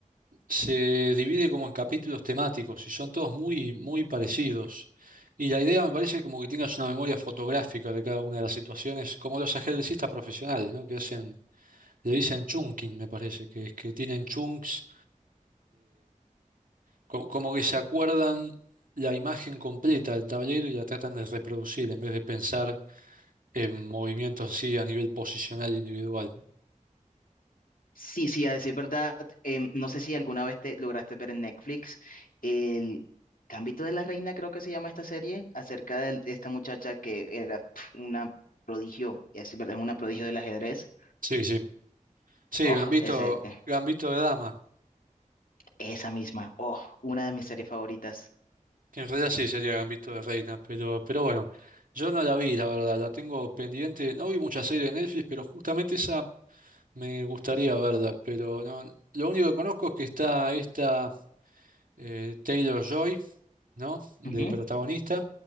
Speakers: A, on the right; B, on the left.
A: se divide como en capítulos temáticos, y son todos muy, muy parecidos. Y la idea me parece como que tengas una memoria fotográfica de cada una de las situaciones, como los ajedrecistas profesionales, ¿no? Que hacen, le dicen chunking, me parece, que es que tienen chunks co- como que se acuerdan la imagen completa del tablero y la tratan de reproducir en vez de pensar en movimientos así a nivel posicional e individual.
B: Sí, sí, a decir verdad, em, no sé si alguna vez te lograste ver en Netflix el Gambito de la Reina, creo que se llama esta serie, acerca del- de, esta muchacha que era pf, una prodigio, y a decir verdad, es una prodigio del ajedrez.
A: Sí, sí. Sí,
B: Oh,
A: Gambito,
B: ese.
A: Gambito de dama,
B: Esa misma. Oh, una de mis series favoritas.
A: que en realidad sí sería Gambito de reina, pero, pero bueno, yo no la vi, la verdad, la tengo pendiente. No vi muchas series de Netflix, pero justamente esa me gustaría verla, pero no, lo único que conozco es que está esta eh, Taylor Joy ¿no? De
B: Ujú.
A: protagonista,